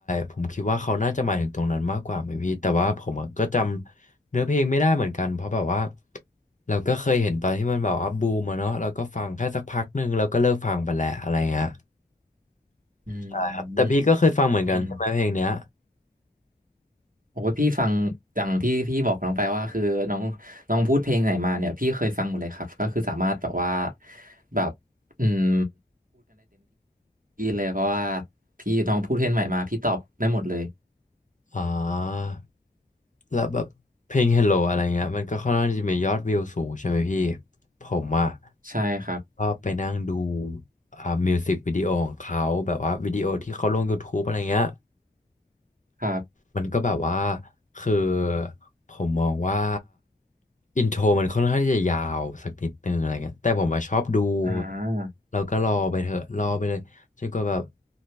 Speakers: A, on the left; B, on the right.
A: ผมคิดว่าเขาน่าจะหมายถึงตรงนั้นมากกว่าไหมพี่แต่ว่าผมอะก็จำเนื้อเพลงไม่ได้เหมือนกันเพราะแบบว่าเราก็เคยเห็นตอนที่มันแบบว่าบูมอะเนาะเราก็ฟังแค่สักพักหนึ่งแล้วก็เลิกฟังไปแหละอะไรเงี้ย
B: อืม
A: ใช่ครับแต่พี่ก็เคยฟังเหมือนกันใช่ไหมเพลงเนี้ย
B: อืมโอ้ยพี่ฟังอย่างที่พี่บอกน้องไปว่าคือน้องน้องพูดเพลงไหนมาเนี่ยพี่เคยฟังหมดเลยครับก็คือสามารถแบบว่าแบบอืมดีเลยเพราะว่าพี่น้องพูดเพลงใหม่มาพี่ตอบได้หมดเลย
A: อ่อแล้วแบบเพลง Hello อะไรเงี้ยมันก็ค่อนข้างจะมียอดวิวสูงใช่ไหมพี่ผมอ่ะ
B: ใช่ครับ
A: ก็ไปนั่งดูอ่ามิวสิกวิดีโอของเขาแบบว่าวิดีโอที่เขาลง YouTube อะไรเงี้ย
B: ครับ
A: มันก็แบบว่าคือผมมองว่าอินโทรมันค่อนข้างที่จะยาวสักนิดนึงอะไรเงี้ยแต่ผมอะชอบดู
B: อ่า
A: แล้วก็รอไปเถอะรอไปเลยจนกว่าแบบ